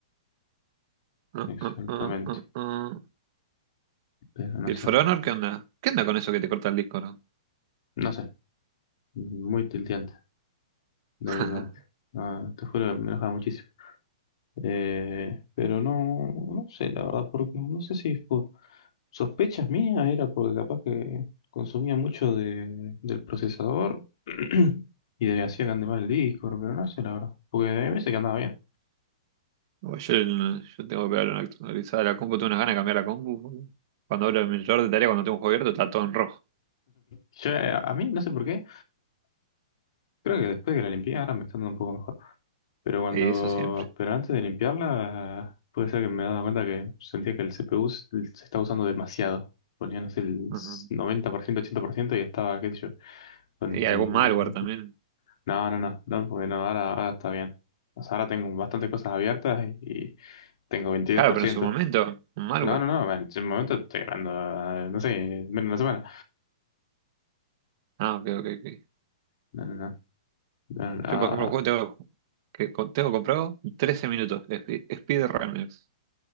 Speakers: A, on the right (about 40°); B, on the left (about 55°).
A: ah,
B: Exactamente.
A: ah, ah, ah, ah.
B: Pero no
A: ¿Y
B: sé.
A: el For Honor qué onda? ¿Qué onda con eso que te corta el disco, no?
B: No sé. Muy tilteante de
A: <laughs>
B: mi parte. No, te juro, que me enojaba muchísimo. Eh, pero no, no sé, la verdad, porque no sé si es por sospechas mías, era porque capaz que consumía mucho de, del procesador <clears throat> y de, hacía que ande mal el disco, pero no sé, la verdad. Porque hay veces que andaba bien.
A: Oye, Yo, no- yo tengo que pegar una actualizada a la compu. Tengo unas ganas de cambiar la compu. boludo. Cuando abro el monitor de tarea, cuando tengo un juego abierto, está todo en rojo.
B: Yo, eh, a mí, no sé por qué, creo que después que la limpié ahora me está dando un poco mejor. Pero cuando,
A: Y eso siempre.
B: pero antes de limpiarla, puede ser que me daba cuenta que sentía que el CPU se se estaba usando demasiado. Ponía, no sé, el
A: Ajá.
B: 90%, 80% y estaba, qué sé yo, con
A: Y algún
B: el...
A: malware también.
B: No, no, no, no, porque no, ahora, ahora está bien. O sea, ahora tengo bastantes cosas abiertas y tengo veintidós
A: Claro,
B: por
A: pero
B: ciento
A: en su momento, un malware.
B: No, no, no, bueno, en ese momento estoy ganando, ah, no sé, menos de una semana.
A: Ah, ok, ok, ok.
B: No, no, no. no, no, Ah,
A: Yo, por ejemplo, un juego tengo que tengo comprado 13 minutos. Spe- Speed Runners.